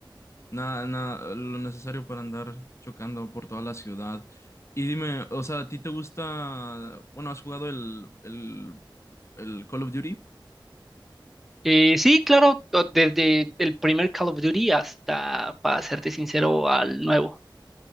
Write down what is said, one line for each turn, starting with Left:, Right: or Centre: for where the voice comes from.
Left: nada, nada, lo necesario para andar chocando por toda la ciudad. Y dime, o sea, ¿a ti te gusta, bueno, has jugado el, el, el Call of Duty?
Centre: Eh, sí, claro, to- desde el primer Call of Duty hasta, para serte sincero, al nuevo.